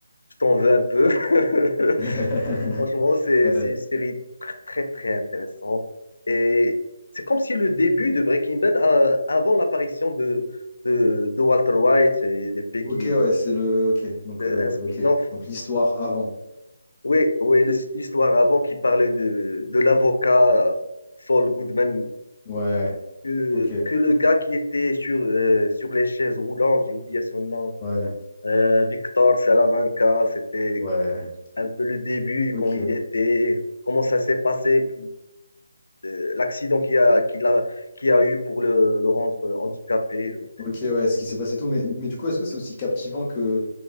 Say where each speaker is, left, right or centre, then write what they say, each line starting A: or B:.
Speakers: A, on the left (about 85°); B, on the left (about 15°).
A: Je t'en veux un peu. <laughs>
B: <laughs>
A: Franchement, c'est
B: Ouais.
A: c'est une série tr- très, très intéressante. Et c'est comme si le début de Breaking Bad, euh, avant l'apparition de, de, de Walter White et de Becky,
B: Ok, ouais, c'est le. Ok, donc,
A: de-
B: euh,
A: un spin-off.
B: ok. Donc l'histoire
A: Donc,
B: avant.
A: Oui, oui, le- l'histoire avant qui parlait de, de l'avocat euh, Saul Goodman,
B: Ouais,
A: que,
B: ok,
A: que le gars qui était sur, euh, sur les chaises roulantes, j'ai oublié son nom,
B: ouais,
A: euh, Victor Salamanca, c'était
B: ouais,
A: un peu le début,
B: ok.
A: quand il était, comment ça s'est passé. euh, l'accident qu'il a, qu'il a, qu'il a eu pour le, le rendre handicapé. Donc,
B: Ok, ouais, ce qui s'est passé tout. Mais, mais du coup, est-ce que c'est aussi captivant que,